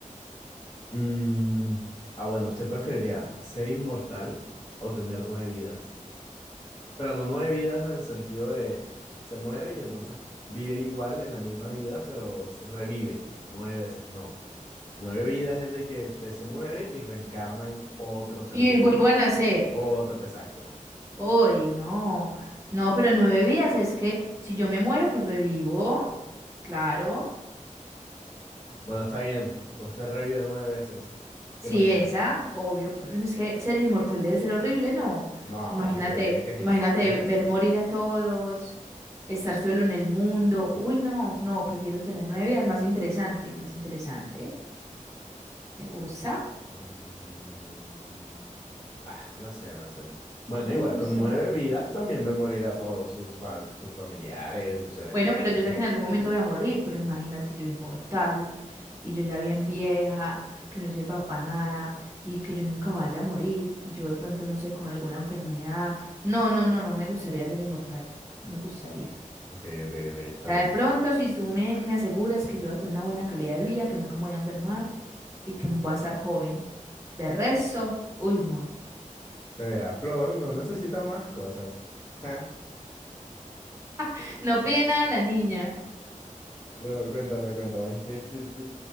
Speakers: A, on the left (about 40°); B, on the right (about 20°).
A: Mm, ah, bueno, ¿usted preferiría ser inmortal o tener nueve vidas? Pero no nueve vidas en el sentido de se muere y entonces vive igual en la misma vida, pero s- revive nueve veces. No. Nueve vidas es de que usted se muere y reencarna en otro ser
B: Y
A: vivo.
B: vuelvo a nacer.
A: Otro, exacto.
B: Uy, no. No, pero nueve vidas es que si yo me muero, pues revivo. Claro.
A: Bueno, está bien. Usted revive nueve veces.
B: Sí,
A: ¿Qué prefiere?
B: esa, obvio. pero Es que ser inmortal debe ser horrible, ¿no?
A: No,
B: Imagínate,
A: porque qué genial.
B: imagínate ver morir a todos, estar solo en el mundo. Uy, no, no, prefiero tener nueve vidas, más interesante, más interesante. Me gusta.
A: Mm, Ah, no sé, no sé. Bueno,
B: A mí
A: igual,
B: me gusta
A: con nueve
B: más.
A: vidas también ve morir a todos sus, fa- sus familiares y sus seres
B: Bueno,
A: queridos.
B: pero yo sé que en algún momento voy a morir, pero imagínate yo inmortal y yo ya bien vieja, que no sirva para nada y que yo nunca me vaya a morir y yo de pronto no sé, con alguna enfermedad. No, no, no, no me gustaría ser inmortal, no me gustaría.
A: Ok, ok, ok, está
B: O sea,
A: bien.
B: de pronto si tú me, me aseguras que yo voy a tener una buena calidad de vida, que nunca me voy a enfermar y que voy a estar joven. De resto, uy, no.
A: Se verá, Flor, no necesita más cosas. Ja.
B: <laughs> No pide nada la niña.
A: Bueno, cuéntame, cuéntame. ¿Qué, qué, qué,